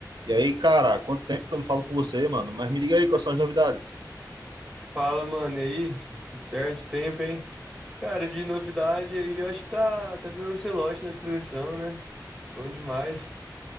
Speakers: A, on the right; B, in the centre.
A: E aí, cara, quanto tempo que eu não falo com você, mano? Mas me diga aí, quais são as novidades?
B: Fala, mano, e aí? Tudo certo? Tempo, hein? Cara, de novidade aí, eu acho que tá, tá tendo um Ancelotti na seleção, né? Bom demais.